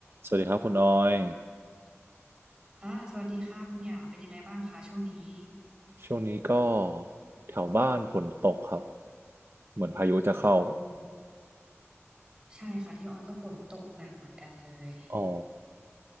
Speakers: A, on the right; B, on the right.
A: สวัสดีครับคุณออย
B: อ่าสวัสดีค่ะคุณหยางเป็นยังไงบ้างคะช่วงนี้
A: ช่วงนี้ก็แถวบ้านฝนตกครับ เหมือนพายุจะเข้า
B: อืมใช่ค่ะที่ออยก็ฝนตกหนักเหมือนกันเลย
A: อ๋อ